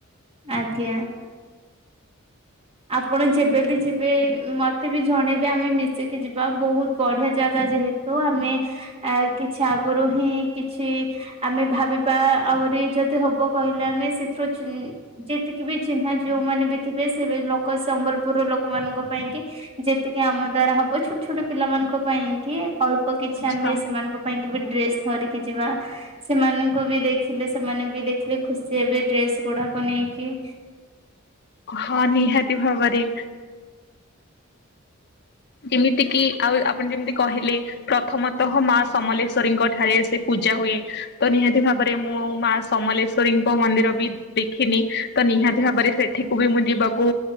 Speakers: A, on the right; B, on the left.
A: ଆଜ୍ଞା। ଆପଣ ଯେବେବି ଯିବେ ମତେ ବି ଜଣେବେ ଆମେ ମିଶିକି ଯିବା ବହୁତ୍ ବଢି଼ଆ ଜାଗା ଯେହେ ତୁ ଆମେ ଆ କିଛି ଆଗୋରୁ ହିଁ କିଛି ଆମେ ଭାବିପା ଆଉରି ଯଦି ହବ କଇଲେ ଆମେ ସେଥିରୁ ଚିଲ୍ ଯେତିକି ବି ଚିହ୍ନା ଯୋଉ ମାନେ ବି ଥିବେ ସେ ବେ ଲୋକ ସମ୍ବଲପୁର ଲୋକମାନଙ୍କ ପାଇଁ କି ଯେତିକି ଆମ ଦ୍ଵାରା ହବ ଛୋଟ୍ ଛୋଟ୍ ପିଲାମାନ୍ କ ପାଇଁ କି ଅଳ୍ପ କିଛି
B: ଆଚ୍ଛା।
A: ଆମେ ସେମାନଙ୍କୁ ପାଇଁ କି ବି ଡ୍ରେସ୍ ଥରିକି ଯିବା। ସେମାନଙ୍କୁ ବି ଦେଖିଲେ ସେମାନେ ବି ଦେଖିଲେ ଖୁସି ହେବେ ଡ୍ରେସ୍ ଗୁଡ଼ାକ ନେଇକି।
B: ହ ନିହାତି ଭାବରେ। କିମିତି କିି ଆଉ ଆପଣ୍ ଯେମିତି କହିଲେ। ପ୍ରଥମତଃ ମାଁ ସମଲେଶ୍ଵରୀଙ୍କ ଠାରେ ସେ ପୂଜା ହୁଏ ତ ନିହାତି ଭାବରେ ମୁଁ ମାଁ ସମଲେଶ୍ଵରୀଙ୍କ ମନ୍ଦିର ବି ଦେଖିନି ତ ନିହାତି ହାବରେ ସେଠିକୁ ବି ମୁଁ ଯିବାକୁ